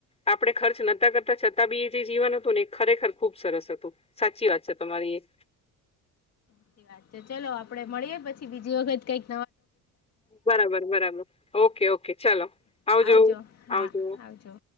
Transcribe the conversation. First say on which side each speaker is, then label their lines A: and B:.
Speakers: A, on the left; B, on the left.
A: આપણે ખર્ચ નતા કરતા છતાં બી એ જે જીવન હતું ને એ ખરેખર ખુબ સરસ હતું. સાચી વાત છે તમારી એ.
B: સાચી વાત તો ચલો આપડે મળીએ પછી બીજી વખત કઈક.
A: બરાબર બરાબર ઓકે ઓકે ચલો
B: ઓકે.
A: આવજો
B: હા
A: આવજો.
B: આવજો.